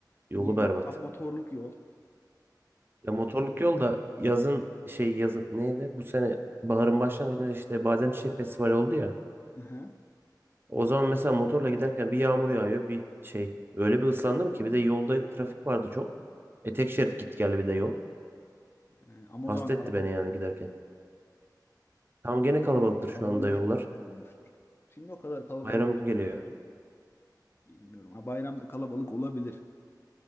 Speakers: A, on the right; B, on the left.
A: Yolu
B: Niye?
A: berbat.
B: Tam motorluk yol.
A: Ya motorluk yol da yazın şey yazın neydi? Bu sene baharın başlangıcında işte Bademçiçeği Festivali oldu ya.
B: Hı hı.
A: O zaman mesela motorla giderken bir yağmur yağıyor bir şey. Öyle bir ıslandım ki bir de yolda trafik vardı çok. E tek şerit gitti geldi bir de yol.
B: Ee, Ama o
A: Hasta
B: zaman kalabalık
A: etti beni yani giderken. Tam
B: kalabalık
A: gene kalabalıktır şu
B: kalabalığın
A: anda yollar.
B: etkisinden olmuştur. Şimdi o kadar kalabalık
A: Bayram
B: değildir
A: geliyor.
B: ya. Bilmiyorum. Ha, bayramda kalabalık olabilir.